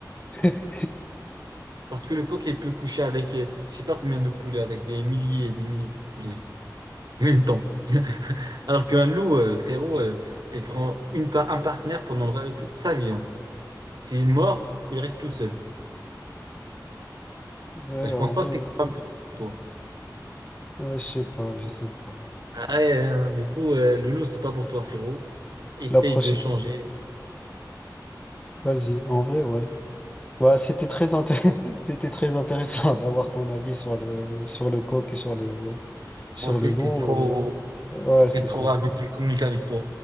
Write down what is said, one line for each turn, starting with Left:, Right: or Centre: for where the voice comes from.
Left: <laughs>
Right: Parce que le coq, il peut coucher avec, euh, je sais pas combien de poulets, avec des milliers et des milliers de poulets hein, en même temps. <laughs> Alors qu'un loup, euh, frérot, euh, il prend une par- un partenaire pendant le- toute sa vie, hein. S'il mord, il reste tout seul.
Left: Ouais,
Right: Je
Left: en
Right: pense pas
Left: vrai,
Right: que t'es
Left: ouais.
Right: capable de faire, toi.
Left: Ouais, je sais pas, je sais pas.
Right: Ah ouais, hein, du coup, euh, le loup, c'est pas pour toi, frérot. Essaye
Left: La prochaine.
Right: de changer.
Left: Vas-y, en vrai, ouais. Bah, c'était très intéressant, <laughs> c'était très intéressant <laughs> d'avoir ton avis sur le, sur le coq et sur le, sur
Right: Moi aussi,
Left: le loup
Right: c'était trop.
Left: et, ouais, c'est
Right: et pour
Left: ça.
Right: avec, communiquer avec toi.